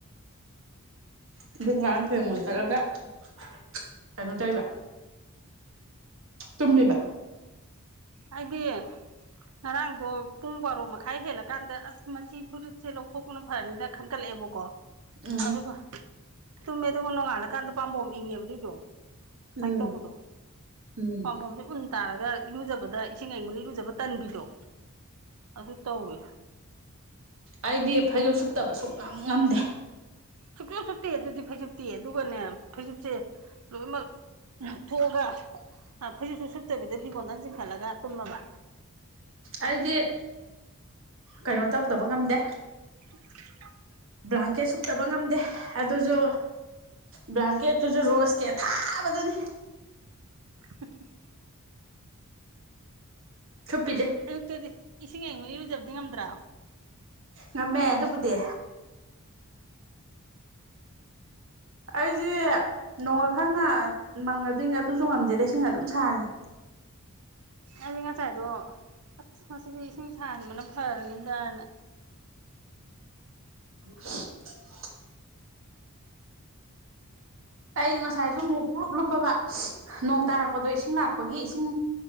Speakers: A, on the right (about 60°); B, on the right (about 80°).
A: <unintelligible> <unintelligible> ꯀꯩꯅꯣ ꯇꯧꯕ ꯇꯨꯝꯃꯤꯕ
B: ꯑꯩꯗꯤ ꯉꯔꯥꯡꯗꯣ ꯄꯨꯡ ꯕꯥꯔꯣ ꯃꯈꯥꯏ ꯍꯦꯜꯂꯀꯥꯟꯗ ꯑꯁ ꯃꯁꯤ <unintelligible> ꯁꯦ ꯂꯧꯊꯣꯛꯄꯅ ꯐꯔꯅꯤꯅ ꯈꯟꯒꯠꯂꯛꯑꯦꯕꯀꯣ
A: ꯎꯝ
B: ꯑꯗꯨꯒ ꯇꯨꯝꯃꯦꯗꯨ ꯅꯣꯡꯉꯥꯜꯂꯀꯥꯟꯗ ꯄꯥꯝꯕꯣꯝ ꯏꯪꯉꯦꯕ ꯑꯗꯨꯏꯗꯣ ꯑꯗꯨꯃꯥꯏꯅ
A: ꯎꯝ
B: ꯇꯧꯕꯗꯣ
A: ꯎꯝ
B: ꯄꯥꯝꯕꯣꯝꯁꯤ ꯎꯟ ꯇꯥꯔꯒ ꯨ <unintelligible> ꯏꯁꯤꯡ ꯑꯌꯤꯡꯕꯅ ꯏꯔꯨꯖꯕ ꯇꯟꯕꯤꯗꯣ ꯑꯗꯨ ꯇꯧꯋꯦ
A: ꯑꯩꯗꯤ ꯐꯩꯖꯨꯞ ꯁꯨꯞꯇꯕ ꯉꯝ ꯉꯝꯗꯦ
B: ꯁꯨꯛꯁꯨ ꯁꯨꯞꯇꯦ ꯑꯗꯨꯗꯤ ꯐꯩꯖꯨꯞꯇꯤ ꯑꯗꯨꯒꯅꯦ ꯐꯩꯖꯨꯞꯁꯦ ꯂꯣꯏꯅꯃꯛ ꯊꯣꯛꯑꯒ ꯐꯩꯖꯨꯞꯁꯨ ꯁꯨꯞꯠꯇꯕꯤꯗ ꯐꯤꯒꯣꯟꯗꯪ ꯆꯤꯡꯈꯠꯂꯒ ꯇꯨꯝꯃꯕ
A: ꯑꯩꯗꯤ ꯀꯩꯅꯣ ꯇꯧꯗꯕ ꯉꯝꯗꯦ
B: <inaudible>
A: ꯕ꯭ꯂꯥꯡꯀꯦꯠ ꯁꯨꯞꯇꯕ ꯉꯝꯗꯦ ꯑꯗꯨꯁꯨ ꯕ꯭ꯂꯥꯡꯀꯦꯠꯇꯨꯁꯨ ꯔꯣꯁꯀꯤ ꯑꯊꯥꯕꯗꯨꯅꯤ
B: ꯍ-ꯍ-
A: ꯁꯨꯞꯄꯤꯁꯦ
B: ꯑꯌꯨꯛꯇꯗꯤ ꯏꯁꯤꯡ ꯑꯏꯪꯕꯅ ꯏꯔꯨꯖꯕꯗꯤ ꯉꯝꯗ꯭ꯔꯥ
A: ꯉꯝꯃꯦ ꯑꯗꯨꯕꯨꯗꯤ ꯑꯩꯁꯦ ꯅꯣꯡꯒ ꯈꯔ ꯉ ꯃꯪꯉꯗꯤ ꯑꯗꯨꯁꯨ ꯉꯝꯗꯦꯗ ꯏꯁꯤꯡ ꯑꯗꯨꯝ ꯁꯥꯍꯜꯂꯤ
B: ꯑꯩꯁꯦ ꯉꯁꯥꯏꯗꯣ ꯑꯁ ꯉꯁꯤꯗꯤ ꯏꯁꯤꯡ ꯁꯍꯟꯕꯅ ꯐꯔꯅꯤꯗꯥꯅ
A: ꯁꯍ ꯑꯩꯗꯤ ꯉꯁꯥꯏꯁꯨ ꯑꯃꯨꯛ ꯄꯨꯡꯂꯨꯞ ꯂꯨꯞꯄꯕ ꯁꯍ ꯅꯣꯡ ꯇꯥꯔꯛꯄꯗꯣ ꯏꯁꯤꯡ ꯂꯥꯛꯄꯒꯤ ꯏꯁꯤꯡ